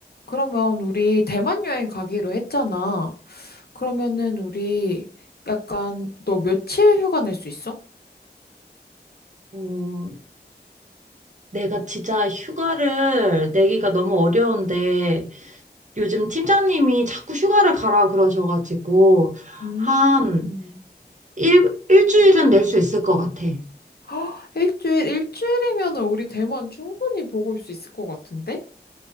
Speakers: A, on the left; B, on the right.
A: 그러면 우리 대만 여행 가기로 했잖아. 그러면은 우리 약간 너 며칠 휴가 낼 수 있어?
B: 어, 내가 진짜 휴가를 내기가 너무 어려운데 요즘 팀장님이 자꾸 휴가를 가라 그러셔가지고
A: 음.
B: 한
A: <gasps>
B: 일, 일주일은 낼 수 있을 것 같아.
A: 헉, 일주일, 일주일이면은 우리 대만 충분히 보고 올 수 있을 것 같은데?